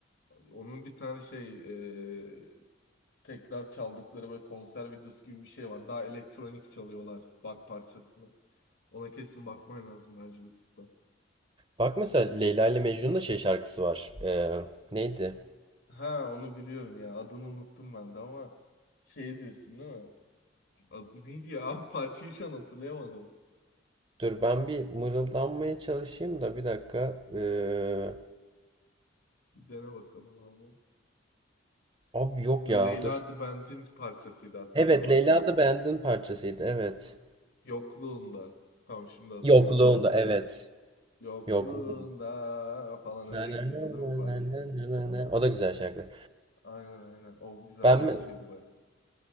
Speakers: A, on the left (about 75°); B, on the right (about 25°).
A: Onun bir tane şey e, tekrar çaldıkları böyle konser videosu gibi bir şey var. Daha elektronik çalıyorlar bak parçasını. Ona kesin bakman lazım bence YouTube'da.
B: Bak mesela Leyla ile Mecnun'da şey şarkısı var. Ee, neydi?
A: Ha onu biliyorum ya. Adını unuttum ben de ama şey diyorsun değil mi? Adı neydi ya? Abi parçayı şu an hatırlayamadım.
B: Dur ben bir mırıldanmaya çalışayım da bir dakika. Ee,
A: Bir dene bakalım abi.
B: abi yok
A: The
B: ya
A: Leyla
B: dur.
A: The Band'in parçasıydı hatta
B: Evet
A: değil mi?
B: Leyla da Band'ın parçasıydı evet.
A: Yokluğunda. Tamam şimdi hatırladım.
B: Yokluğunda evet.
A: Yokluğunda
B: Yokluğunda.
A: falan öyle
B: Na, na,
A: gidiyordu
B: na,
A: değil
B: na,
A: mi parça?
B: na, na, na, na. O da güzel şarkı.
A: Aynen aynen. O güzel
B: Ben
A: parçaydı
B: mi-
A: baya.